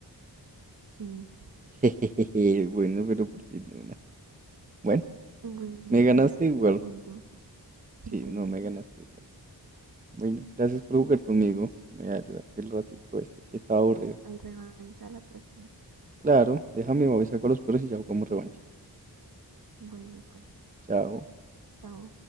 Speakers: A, on the right (about 50°); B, on the right (about 20°).
A: Sí.
B: <laughs> Jejeje, bueno, pero por fin una. Bueno,
A: Bueno,
B: me ganaste
A: tienes
B: igual.
A: un punto.
B: Sí,
A: Sí, te
B: no,
A: gané.
B: me ganaste igual. Bueno, gracias por jugar conmigo. Me ayudaste el ratito este que estaba aburrido.
A: Hay revancha la próxima.
B: Claro, déjame, voy, saco los perros y ya jugamos revancha.
A: Bueno, pues.
B: Chao.
A: Chao.